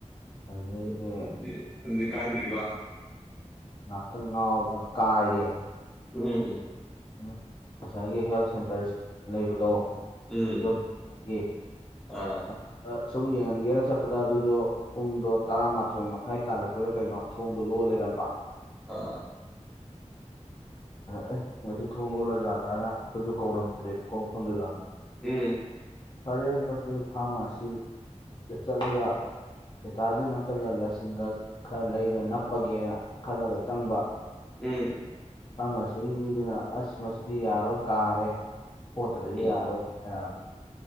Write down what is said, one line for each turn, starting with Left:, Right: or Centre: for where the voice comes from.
Left: ꯑꯗꯨꯗꯒꯤꯗꯤ
Centre: ꯑꯗꯨꯗꯤ ꯑꯗꯨꯗꯤ ꯀꯥꯏꯗ꯭ꯔꯤꯕ
Left: ꯉꯥꯛꯇꯪ ꯉꯥꯎꯔꯒ ꯀꯥꯥꯏꯔꯦ
Centre: ꯎꯝ ꯎꯝ
Left: ꯎꯝ ꯑꯁꯥꯏꯒꯤ ꯍꯦꯜꯊ ꯁꯦꯟꯇꯔ ꯂꯩꯕꯗꯣ
Centre: ꯎꯝ
Left: <unintelligible>
Centre: ꯑꯥ
Left: ꯁꯨꯝ ꯌꯦꯡꯍꯟꯒꯦꯅ ꯆꯠꯄꯗ ꯑꯗꯨꯁꯨ ꯄꯨꯡꯗꯣ ꯇꯔꯥꯃꯥꯊꯣꯏ ꯃꯈꯥꯏ ꯇꯥꯔꯛꯄꯩꯔ ꯀꯩꯅꯣ ꯊꯣꯡꯗꯣ ꯂꯣꯜ ꯂꯩꯔ ꯑꯝꯕ
Centre: ꯑꯥ
Left: ꯑꯗ ꯑꯦ ꯃꯁꯤ ꯊꯣꯡ ꯂꯣꯜꯂꯖꯥꯠꯂꯅ ꯑꯩꯈꯣꯏꯁꯨ ꯀꯧꯔꯝꯗ꯭ꯔꯦꯕꯀꯣ ꯃꯐꯝꯗꯨꯗ
Centre: ꯑꯦ
Left: ꯐꯔꯦꯅ <unintelligible> ꯐꯥꯔꯃꯥꯁꯤꯗ ꯆꯠꯂꯒ ꯚꯤꯇꯥꯖꯤꯟ ꯑꯃꯝꯇꯒ ꯂꯁꯤꯟꯒ ꯈꯔ ꯂꯩꯔꯒ ꯅꯞꯄꯒꯦꯅ ꯈꯜꯂꯒ ꯆꯪꯕ
Centre: ꯑꯦ
Left: ꯐꯥꯔꯃꯥꯁꯤꯒꯤ ꯃꯤꯗꯨꯅ ꯑꯁ ꯃꯁꯤꯗꯤ ꯌꯥꯔꯣꯏ ꯀꯥꯔꯦ ꯍꯐꯣꯠꯇ꯭ꯔ
Centre: ꯎꯝ
Left: ꯌꯥꯔꯣꯢ ꯍꯥꯢꯔꯛꯑꯕ